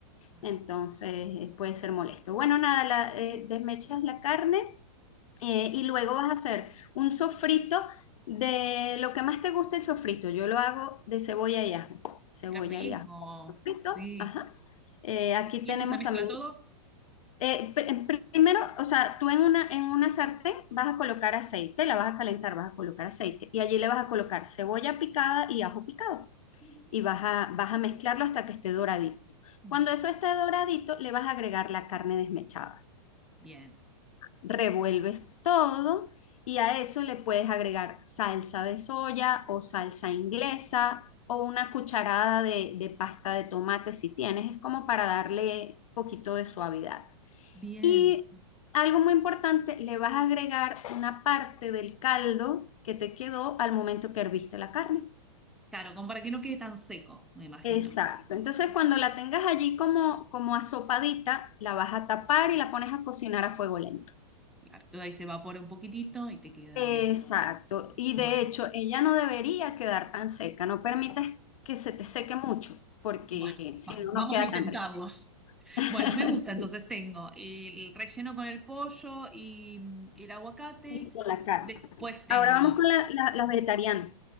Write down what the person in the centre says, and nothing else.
Claro.
Bien.
Le pones...
¡Qué rico!
Sí.
¿Y
eso se mezcla
todo?
Ujú.
Bien.
Bien.
Bien.
Claro, como para que no quede tan seco, me imagino.
Eso.
Claro, todo ahí se evapora un poquitito y te queda
bien.
Bueno,
bueno,
va-
vamos
a intentarlo.
Bueno, me gusta, entonces tengo el relleno con el pollo y mm, el aguacate.
Después tengo,